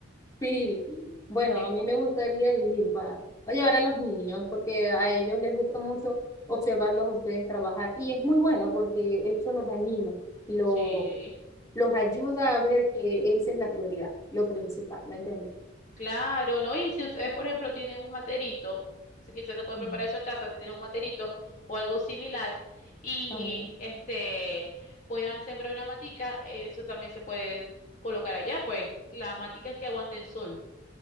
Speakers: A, on the left; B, on the left.
A: Sí. Bueno,
B: Y llegó.
A: a mí me gustaría ir para llevar a los niños, porque a ellos les gusta mucho observarlos a ustedes trabajar. Y es muy bueno porque eso los anima, lo,
B: Sí.
A: los ayuda a ver que esa es la prioridad, lo principal, ¿me entiendes?
B: Claro, ¿no? Y si ustedes, por ejemplo, tienen un materito, si quizás se puede preparar
A: Mm.
B: eso en casa, si tienen un materito o algo similar, y
A: Ah,
B: este puedan sembrar una matica, eso también se puede colocar allá, pues, las maticas que aguanten sol.